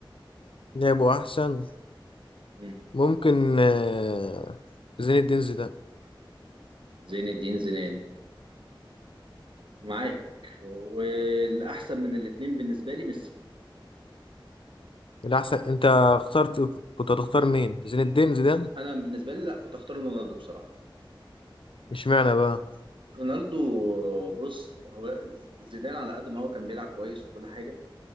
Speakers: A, on the left (about 75°); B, on the right (about 70°).
A: لعبه احسن
B: مم.
A: ممكن آه، زين الدين زيدان
B: زين الدين زيدان معاك والأحسن من الاتنين بالنسبة لي ميسي
A: الاحسن انت اخترت كنت هتختار مين زين الدين زيدان
B: أنا بالنسبة لي لا كنت أختار رونالدو بصراحة
A: اشمعنى بقى
B: رونالدو بص هو زيدان على قد ما هو كان بيلعب كويس وكل حاجة